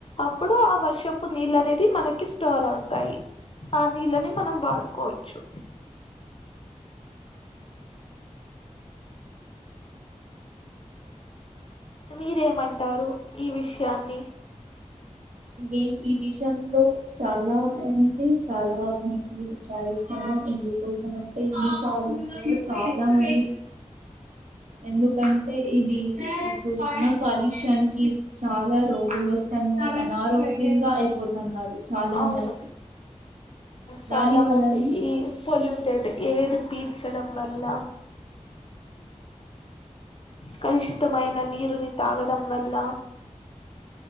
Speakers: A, on the left; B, on the right.
A: అప్పుడు ఆ వర్షపు నీళ్ళనే తి మనకి స్టోర్ అవుతాయి. ఆ నీళ్ళని మనం వాడుకోవచ్చు. మీరేం అంటారు ఈ విషయాన్ని
B: నేను ఈ విషయంలో చాలా అంటే చాలా <inaudible> వి ఛాయిస్ <inaudible> కోసమంటే ఈ కాలం లేదు చాలా మంది ఎందుకంటే ఇది బుక్ మగ్ కాలుష్యానికి చాలా రోగులు వస్తున్నాయి ఆరోగ్యంగా అయిపోతున్నారు. చాలా
A: అవును
B: మంది
A: చాలా
B: దాని వలన
A: మంది ఈ పొల్యూట్. రెట్ ఏది పీల్చడం వల్ల కలుషితమైన నీరుని తాగడం వల్ల